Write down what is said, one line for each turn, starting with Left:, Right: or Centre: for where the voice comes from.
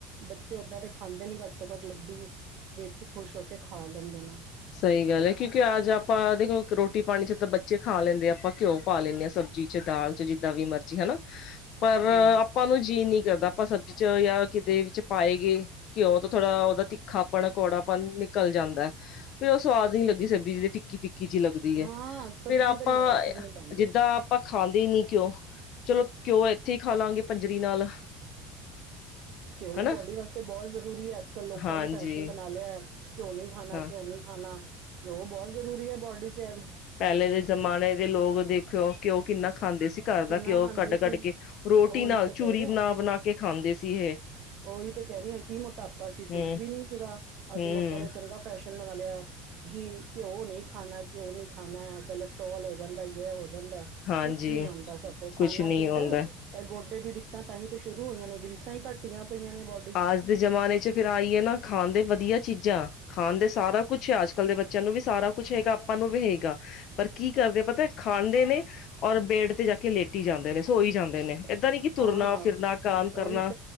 Right: ਬੱਚੇ ਓਦਾਂ ਤੇ ਖਾਂਦੇ ਨੀ ਘੱਟ ਤੋਂ ਘੱਟ ਲੱਡੂ ਵੇਖ ਕੇ ਖੁਸ਼ ਹੋ ਕੇ ਖਾ ਲੈਂਦੇ ਨੇ।
Left: ਸਈਗੱਲ ਹੈ ਕਿਉਂਕਿ ਅੱਜ ਆਪਾਂ ਦੇਖੋ ਰੋਟੀ ਪਾਣੀ 'ਚ ਤਾਂ ਬੱਚੇ ਖਾ ਲੈਂਦੇ ਆਪਾਂ ਘਿਉਂ। ਪਾ ਲੈਂਣੇ ਆ ਸਬਜ਼ੀ 'ਚ ਦਾਲ 'ਚ ਜਿੱਦਾਂ ਵੀ ਮਰਜੀ ਹਨਾ ਪਰ।
Right: ਹਾਂਜੀ
Left: ਆਪਾਂ ਨੂੰ ਜੀਅ ਨੀ ਕਰਦਾ ਆਪਾਂ ਸਬਜ਼ੀ 'ਚ ਜਾਂ ਕਿਤੇ ਵਿੱਚ ਪਾਏ ਗਏ। ਘਿਓ ਤੋਂ ਥੋੜਾ ਓਦਾ ਤਿੱਖਾਪਣ ਕੌੜਾਪਣ ਨਿਕਲ ਜਾਂਦਾ ਹੈ। ਫੇਰ ਓ ਸਵਾਦ ਨੀ ਲੱਗੀ ਸਬਜ਼ੀ ਜਿਦਾ ਫਿੱਕੀ ਫਿੱਕੀ ਜੀ ਲੱਗਦੀ
Right: ਹਾਂ
Left: ਹੈ
Right: ਸਬਜ਼ੀ
Left: ਫੇਰ ਆਪਾਂ
Right: ਤਾਂ ਮੈਂ ਅਸੀਂ ਵੀ ਨਹੀਂ ਪਾਉਂਦੇ
Left: ਜਿੱਦਾਂ। ਆਪਾਂ ਖਾਂਦੇ ਨੀ ਘਿਓ, ਚਲੋ ਘਿਓ ਏਥੇ ਈ ਖਾ ਲਾਂਗੇ ਪੰਜਰੀ ਨਾਲ।
Right: ਘਿਓ
Left: ਹਨਾ
Right: ਬੋਡੀ ਵਾਸਤੇ ਬਹੁ ਜ਼ਰੂਰੀ ਐ ਅੱਜ-ਕੱਲ ਲੋਕਾਂ
Left: ਹਾਂਜੀ
Right: ਨੇ ਫੈਸ਼ਨ ਬਨਾ ਲਿਆ ਐ। ਘਿਓ ਨਈ ਖਾਨਾ
Left: ਹਾਂ
Right: ਘਿਓ ਨਈ ਖਾਨਾ, ਘਿਓ ਬਹੁ ਜ਼ਰੂਰੀ ਐ ਬੋਡੀ ਚ ਐਹ
Left: ਪੈਲੇ ਦੇ ਜ਼ਮਾਨੇ ਦੇ ਲੋਕ ਦੇਖੇਓ ਘਿਓ ਕਿੰਨਾ ਖਾਂਦੇ ਸੀ ਘਰ
Right: ਕਿੰਨਾ
Left: ਦਾ ਘਿਓ
Right: ਖਾਂਦੇ
Left: ਕੱਡ-ਕੱਡ
Right: ਸੀ
Left: ਕੇ। ਰੋਟੀ
Right: ਉਹੀ
Left: ਨਾਲ
Right: ਤੇ ਕਹਿ
Left: ਚੂਰੀ ਬਨਾ-ਬਨਾ ਕੇ ਖਾਂਦੇ ਸੀ ਏਹ।
Right: ਓਹੀ ਤੇ ਕੈ ਰਈ ਆਂ ਕੀ ਮੋਟਾਪਾ ਸੀ
Left: ਹਮ
Right: ਕੁਛ ਵੀ ਨੀ ਸੀਗਾ, ਅੱਜ
Left: ਹਮ
Right: ਲੋਕਾਂ ਨੇ ਚੰਗਾ ਫੈਸ਼ਨ ਬਨਾ ਲਿਆ। ਘੀ ਘਿਓ ਨਈ ਖਾਨਾ ਘਿਓ ਨਈ ਖਾਨਾ ਐ ਕੈਲੋਸਟ੍ਰੋਲ ਹੋ ਜਾਂਦਾ ਯੈ ਹੋ ਜਾਂਦੈ।
Left: ਹਾਂਜੀ
Right: ਕੁਛ ਨੀ ਹੁੰਦਾ ਸਗੋਂ ਖਾਨਾ
Left: ਕੁਛ ਨੀ
Right: ਚਈਦਾ।
Left: ਹੁੰਦਾ
Right: ਐ ਗੋਡੇ ਦੀ ਦਿੱਕਤਾਂ ਤਾਂਈਓ ਤਾਂ ਸ਼ੁਰੂ ਹੋਈਆਂ ਨੇ ਗਰੀਸਾਂ ਈ ਘੱਟੀਆਂ ਪਈਆਂ ਨੇ ਬੋਡ
Left: ਆਜ ਦੇ ਜਮਾਨੇ ਚ ਫੇਰ ਆਈਏ ਨਾ ਖਾਨ ਦੇ ਵਦੀਆ ਚੀਜ਼ਾਂ। ਖਾਨ ਦੇ ਸਾਰਾ ਕੁਛ ਐ ਅੱਜ-ਕੱਲ ਦੇ ਬੱਚਿਆਂ ਨੂੰ ਵੀ ਸਾਰਾ ਕੁਛ ਹੈਗਾ ਆਪਾਂ ਨੂੰ ਵੀ ਹੈਗਾ। ਪਰ ਕੀ ਕਰਦੇ ਐ ਪਤਾ ਖਾਂਦੇ ਨੇ, ਔਰ ਬੈਡ ਤੇ ਜਾ ਕੇ ਲੇਟੀ ਜਾਂਦੇ ਨੇ ਸੋਈ ਜਾਂਦੇ ਨੇ। ਏਦਾਂ ਨੀ ਕਿ ਤੁਰਨਾ,
Right: ਹਾਂ
Left: ਫਿਰਨਾ, ਕਾਮ ਕਰਨਾ,
Right: ਉਹੀ